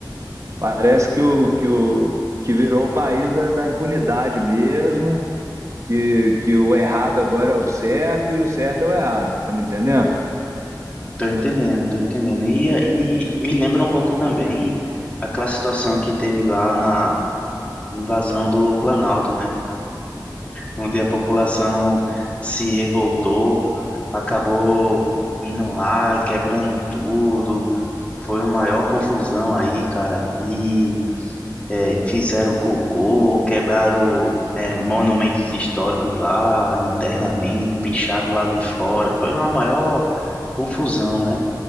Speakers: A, on the right (about 40°); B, on the left (about 15°).
A: Parece que o que, o, que virou o país da, da impunidade mesmo, que, que o errado agora é o certo e o certo é o errado, você está me entendendo?
B: Tô entendendo, tô entendendo. E, e me lembra um pouco também aquela situação que teve lá na invasão do Planalto, né? Onde a população se revoltou, acabou indo lá, quebrando tudo Foi uma maior confusão aí, cara. E é, fizeram cocô, quebraram é, monumentos históricos lá internamente, picharam lá de fora. Foi uma maior confusão, né?